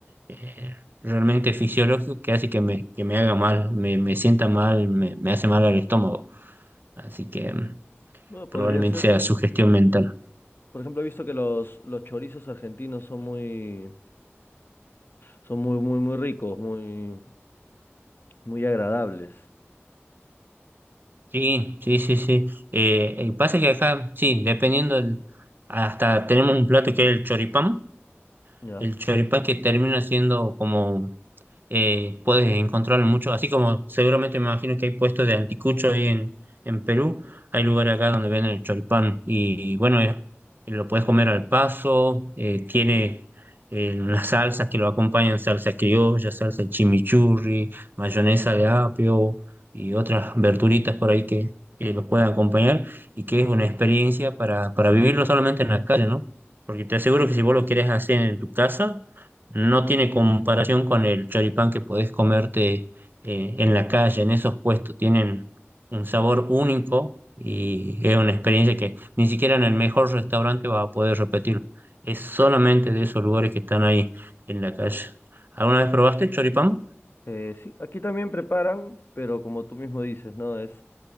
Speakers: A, on the right (about 45°); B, on the left (about 50°).
A: eh, realmente fisiológico que hace que me, que me haga mal, me, me sienta mal, me, me hace mal al estómago. Así que mm,
B: Bueno,
A: probablemente
B: podría ser.
A: sea sugestión mental.
B: Por ejemplo, he visto que los, los chorizos argentinos son muy, son muy, muy, muy ricos, muy, muy agradables.
A: Sí, sí, sí, sí. Eh, el pasa que acá, sí, dependiendo, del- hasta tenemos un plato que es el choripán,
B: ¿Ya?
A: el choripán que termina siendo como eh, puedes encontrarlo mucho, así como seguramente me imagino que hay puestos de anticucho ahí en, en Perú, hay lugares acá donde venden el choripán y, bueno, es- lo puedes comer al paso, eh, tiene eh, unas salsas que lo acompañan, salsa criolla, salsa chimichurri, mayonesa de apio y otras verduritas por ahí que, que los pueden acompañar y que es una experiencia para, para vivirlo solamente en la calle, ¿no? Porque te aseguro que si vos lo querés hacer en tu casa, no tiene comparación con el choripán que podés comerte eh, en la calle, en esos puestos. Tienen un sabor único y es una experiencia que ni siquiera en el mejor restaurante vas a poder repetirlo. Es solamente de esos lugares que están ahí en la calle. ¿Alguna vez probaste choripán?
B: Eh, sí, aquí también preparan, pero como tú mismo dices, ¿no? Es